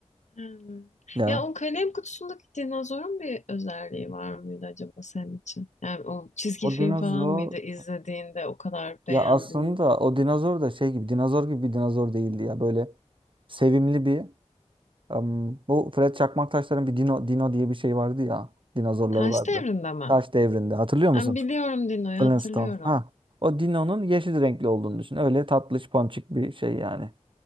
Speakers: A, on the left (about 80°); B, on the right (about 45°).
A: Hmm.
B: Yani
A: Ya o kalem kutusundaki dinozorun bir özelliği var mıydı acaba senin için? Yani o çizgi
B: o
A: film
B: dinozor
A: falan mıydı izlediğinde o kadar beğendin?
B: ya aslında o dinozor da şey gibi dinozor gibi bir dinozor değildi ya böyle sevimli bir Am, bu Fred Çakmaktaşların bir Dino, Dino diye bir şey vardı ya. Dinozorları
A: Taş
B: vardı.
A: Devri'nde mi?
B: Taş devrinde. Hatırlıyor musun?
A: Ben biliyorum Dino'yu
B: Flintstones.
A: hatırlıyorum.
B: Ha. O Dino'nun yeşil renkli olduğunu düşün. Öyle tatlış ponçik bir şey yani.